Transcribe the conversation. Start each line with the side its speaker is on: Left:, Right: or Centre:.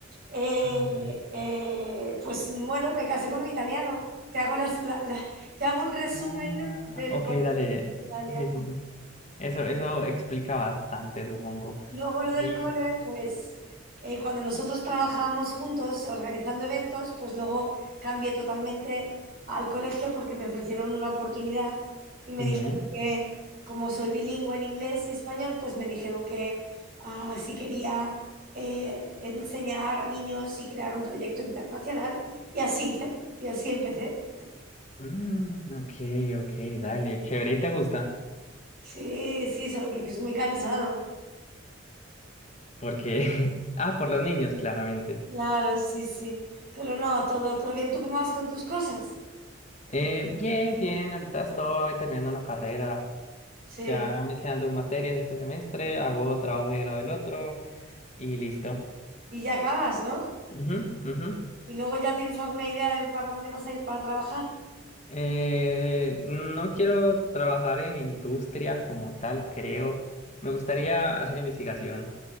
Right: Eh,
Left: Ah, ok,
Right: eh, pues bueno, me casé con un italiano. Te hago, las- la- la- te hago un resumen
Left: Ah,
Right: del
Left: ok,
Right: por qué
Left: dale.
Right: te casé en Italia.
Left: Sí, sí, sí. Eso, eso explica bastante, supongo.
Right: Luego lo
Left: Y,
Right: del cole, pues eh, cuando nosotros trabajamos juntos organizando eventos, pues luego cambié totalmente al colegio porque me ofrecieron una oportunidad y me
Left: ujú.
Right: dijeron que como soy bilingüe en inglés y español, pues me dijeron que ah, si quería eh, enseñar a niños y crear un proyecto internacional y así hice, y así empecé.
Left: Mm, ok, ok, dale, chévere, ¿y te gusta?
Right: Sí, sí, solo que que es muy cansado.
Left: Porque, <laughs> ah, por los niños, claramente.
Right: Claro, sí, sí. Pero no, todo, todo bien. ¿Tú cómo vas con tus cosas?
Left: Eh, bien, bien, ahorita estoy terminando una carrera.
Right: Sí.
Left: Ya me quedan dos materias este semestre, hago trabajo de grado el otro y listo.
Right: Y ya acabas, ¿no?
Left: Ujú, ujú.
Right: Y luego ya tienes alguna idea de para dónde vas a ir para trabajar.
Left: Eh, no quiero trabajar en industria como tal, creo. Me gustaría hacer investigación.